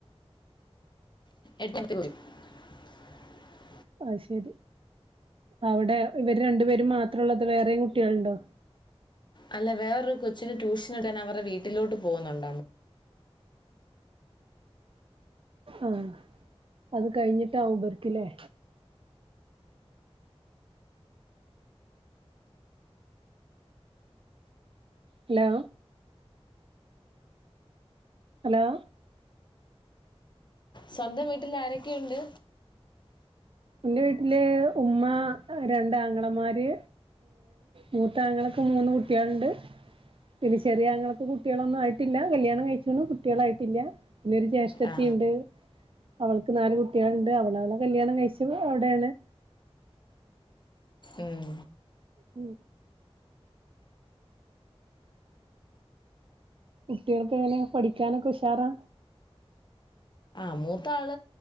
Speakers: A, on the left (about 45°); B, on the right (about 60°).
A: <unintelligible>
B: ആ ശരി അവിടെ ഇവരെ രണ്ടുപേരും മാത്രമേ ഉള്ളോ അതോ വേറെ കുട്ടികളും ഉണ്ടോ
A: അല്ല വേറൊരു കൊച്ചിന് ട്യൂഷൻ എടുക്കാൻ അവരുടെ വീട്ടിലോട്ടു പോന്നുണ്ട്-
B: ആഹ് അത് കഴിഞ്ഞിട്ട് അവൂഃ ഇവർക്കില്ലേ ഹലോ ഹലോ
A: സൺഡേ വീട്ടിൽ ആരൊക്കെയുണ്ട്
B: എൻറെ വീട്ടിലെ ഉമ്മ രണ്ട് ആങ്ങളമാര് മൂത്ത ആങ്ങളയ്ക്ക് മൂന്ന് കുട്ടികളുണ്ട് പിന്നെ ചെറിയ ആങ്ങളയ്ക്ക് കുട്ടികളൊന്നും ആയിട്ടില്ല കല്യാണം കഴിഞ്ഞു കുട്ടികൾ ആയിട്ടില്ല പിന്നെ ഒരു ജ്യേഷ്ഠത്തിയുണ്ട്
A: ആ
B: അവൾക്ക് നാലു കുട്ടിയോൾണ്ട് അവൾ കല്യാണം ഇങ്ങൾ എവിടെ
A: ഉം
B: ഉം കുട്ടിയൽക്കെങ്ങനെ പഠിയ്ക്കാൻ ഒക്കെ ഉഷാറാ
A: ആ മൂത്ത ആൾ